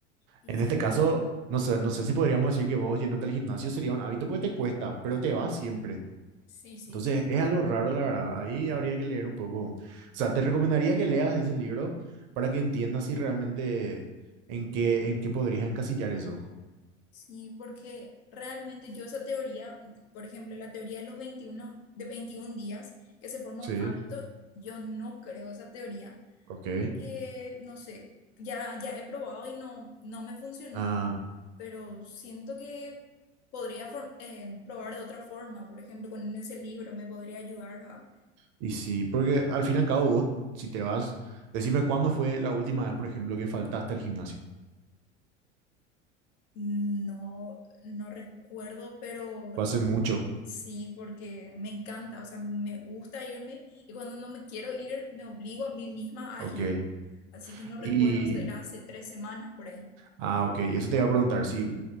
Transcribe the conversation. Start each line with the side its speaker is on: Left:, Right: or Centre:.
Left: Y
Right: En
Left: s-
Right: este caso, no sé, no sé si podríamos decir que vos yéndote al gimnasio sería un hábito porque te cuesta, pero te vas siempre.
Left: sí, sí,
Right: Entonces,
Left: sí.
Right: es algo raro, la verdad. Ahí habría que leer un poco. O sea, te recomendaría que leas ese libro para que entiendas si realmente en qué, en qué podrías encasillar eso.
Left: Sí, porque realmente yo esa teoría, por ejemplo, la teoría de los 21 de 21 días que se forma
Right: Sí,
Left: un hábito, yo no creo esa teoría
Right: ok.
Left: porque, no sé, ya, ya he probado y no, no me funcionó,
Right: Ah,
Left: pero siento que podría for- eh, probar de otra forma, por ejemplo, con ese libro me podría ayudar a,
Right: y sí, porque al fin y al cabo vos, si te vas, decime cuándo fue la última vez, por ejemplo, que faltaste al gimnasio.
Left: no, no recuerdo, pero
Right: Fue hace mucho.
Left: Sí, porque me encanta, o sea, me gusta irme y cuando no me quiero ir, me obligo a mí misma
Right: Ok.
Left: a irme. Así que no recuerdo,
Right: Y,
Left: era hace tres semanas por ahí.
Right: ah, ok, eso te iba a preguntar, sí,